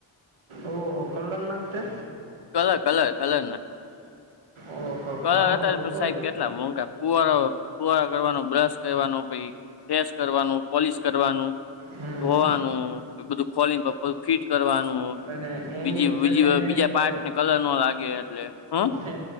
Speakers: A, on the right; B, on the left.
A: ઓહ, હા, ખરું ને તે.
B: કલર, કલર, કલર ના
A: ઓહો
B: કલર
A: ઘણો
B: હતા,
A: મોંઘો
B: તો સાઈઝ
A: છે
B: કેટલી? પુવારા પુવારા કરવાનો, બ્રશ કરવાનો, પછી ફેસ કરવાનું, પોલિશ કરવાનું.
A: હમ
B: ધોવાનું, બધું ખોલીને, પાછું ફિટ કરવાનું.
A: અને એન્જિન
B: બીજા
A: સેકન્ડ હેન્ડ
B: બીજા
A: કે
B: પાર્ટને કલર ન લાગે એટલે, હા.
A: એ